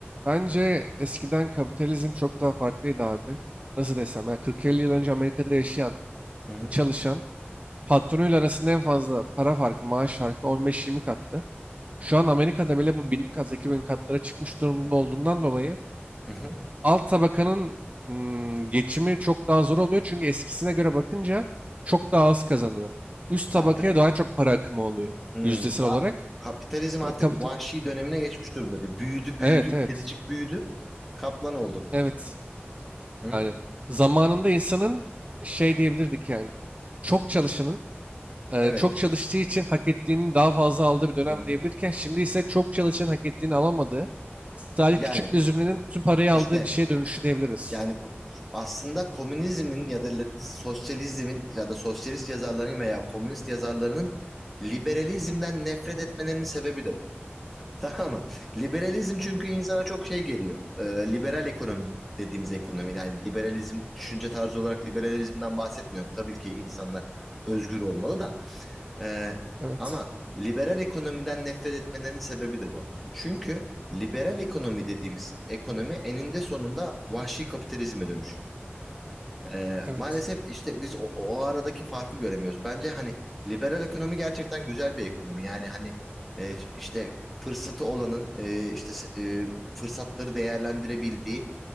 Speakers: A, on the right; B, in the centre.
A: Bence eskiden kapitalizm çok daha farklıydı abi. Nasıl desem ya 40-50 yıl önce Amerika'da yaşayan,
B: Hı hı.
A: çalışan patronuyla arasında en fazla para farkı, maaş farkı 15-20 kattı. Şu an Amerika'da bile bu 1000 kat, 2000 katlara çıkmış durumda olduğundan dolayı
B: Hı hı.
A: alt tabakanın ım, geçimi çok daha zor oluyor. Çünkü eskisine göre bakınca çok daha az kazanıyor. Üst tabakaya
B: Artık
A: daha çok para akımı oluyor
B: hmm,
A: yüzdesel
B: va-
A: olarak.
B: kapitalizm artık
A: Kapital.
B: vahşi dönemine geçmiş durumda diyor. Büyüdü büyüdü.
A: Evet, evet.
B: Kedicik büyüdü. Kaplan oldu.
A: Evet.
B: Hı?
A: Yani zamanında insanın şey diyebilirdik yani. Çok çalışanın e,
B: Evet.
A: çok çalıştığı için hak ettiğini daha fazla aldığı bir dönem
B: Hı hı.
A: diyebilirken şimdi ise çok çalışan hak ettiğini alamadığı sadece
B: Yani
A: küçük bir zümrenin tüm parayı
B: işte
A: aldığı bir şeye dönüşü diyebiliriz.
B: yani ko- aslında komünizmin ya da li- sosyalizmin ya da sosyalist yazarların veya komünist yazarlarının liberalizmden nefret etmelerinin sebebi de bu. Tamam mı? Liberalizm çünkü insana çok şey geliyor. Ee, liberal ekonomi dediğimiz ekonomi. Yani liberalizm düşünce tarzı olarak liberalizmden bahsetmiyorum. Tabii ki insanlar özgür olmalı da. Ee,
A: Evet.
B: ama liberal ekonomiden nefret etmelerinin sebebi de bu. Çünkü liberal ekonomi dediğimiz ekonomi eninde sonunda vahşi kapitalizme dönüşüyor. Ee,
A: Evet.
B: maalesef işte biz o, o aradaki farkı göremiyoruz. Bence hani liberal ekonomi gerçekten güzel bir ekonomi. Yani hani e, işte fırsatı olanın e, işte e, fırsatları değerlendirebildiği,